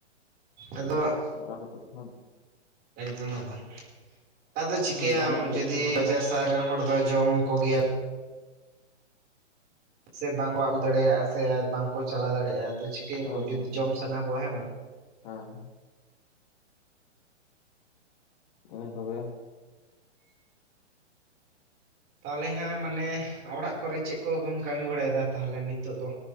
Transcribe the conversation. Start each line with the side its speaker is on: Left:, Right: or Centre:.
Right: ᱟᱫᱚ
Left: ᱟᱪᱪᱷᱟ ᱟᱪᱪᱷᱟ <unintelligible>
Right: ᱮᱠᱫᱚᱢ ᱮᱠᱫᱚᱢ᱾ ᱟᱫᱚ ᱪᱤᱠᱟᱹᱭᱟᱢ
Left: ᱫᱟᱢᱚᱜ ᱜᱮᱭᱟ
Right: ᱡᱩᱫᱤ
Left: ᱠᱷᱟᱱ ᱫᱚ
Right: ᱵᱟᱡᱟᱨ ᱥᱟᱦᱟᱨ ᱨᱮᱱ ᱦᱚᱲ ᱫᱚ ᱡᱚᱢ ᱠᱚᱜᱮᱭᱟ᱾ ᱥᱮ ᱵᱟᱝᱠᱚ ᱟᱹᱜᱩ ᱫᱟᱲᱮᱭᱟᱜᱼᱟ ᱥᱮ ᱵᱟᱝᱠᱚ ᱪᱟᱞᱟᱣ ᱫᱟᱲᱮᱭᱟᱜᱼᱟ ᱟᱫᱚ ᱪᱤᱠᱟᱹᱭᱟᱠᱚ
Left: ᱦᱮᱸ
Right: ᱡᱩᱫᱤ
Left: ᱦᱮᱸ
Right: ᱡᱚᱢ ᱥᱟᱱᱟ ᱠᱚᱣᱟ ᱦᱮᱸ ᱵᱟᱝ᱾
Left: ᱦᱮᱸ᱾ ᱤᱱᱟ ᱠᱚᱜᱮ ᱾
Right: ᱛᱟᱞᱦᱮ ᱦᱟᱸᱜ ᱢᱟᱱᱮ ᱚᱲᱟᱜ ᱠᱚᱨᱮ ᱪᱮᱜ ᱠᱚ ᱠᱚᱢ ᱠᱟᱹᱢᱤ ᱵᱟᱲᱟᱭᱫᱟ ᱛᱟᱞᱦᱮ ᱱᱤᱛᱚᱜ ᱫᱚ?